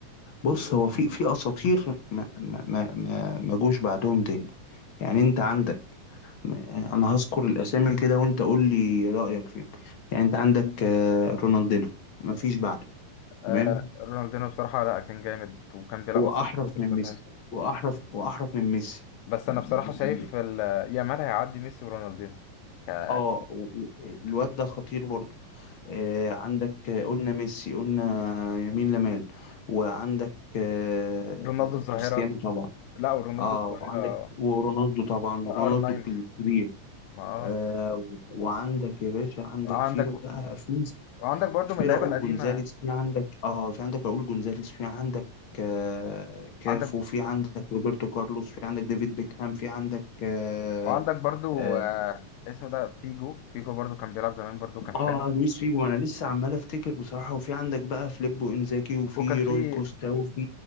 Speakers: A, on the left; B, on the left.
A: بص هو في في اساطير ما ما ما ما ما جوش بعدهم تاني يعني انت عندك انا هذكر الاسامي كده وانت قول لي رايك فيهم يعني انت عندك آه، رونالدينو ما فيش بعده
B: آه،
A: تمام
B: رونالدينو بصراحة لا كان جامد وكان بيلعب
A: واحرف
B: أصلا في الإنتر
A: من
B: زمان
A: ميسي واحرف واحرف من ميسي
B: بس
A: ب-
B: أنا بصراحة شايف
A: ب-
B: ال- يامال هيعدي ميسي ورونالدينو ك-
A: اه و- و- الواد ده خطير برضو آه عندك آه، قلنا ميسي قلنا يمين لمال وعندك آه
B: رونالدو الظاهرة
A: كريستيانو طبعا
B: لا ورونالدو
A: اه
B: الظاهرة
A: وعندك ورونالدو طبعا رونالدو
B: ار 9
A: الكبير
B: ما اه
A: آه و- وعندك يا باشا عندك
B: عندك
A: في بقى في
B: وعندك برضو
A: في
B: من اللعيبة
A: راؤول
B: القديمة
A: جونزاليس في عندك اه في عندك راؤول جونزاليس في عندك آه كافو
B: عندك
A: في عندك روبرتو كارلوس في عندك ديفيد بيكهام في عندك آه
B: وعندك برضو
A: اه
B: آه، اسمه ده فيجو فيجو برضو كان بيلعب زمان برضو كان حلو
A: آه، لويس فيجو انا لسه عمال افتكر بصراحه وفي عندك بقى فليبو انزاكي وفي
B: وكان في
A: روي كوستا وفي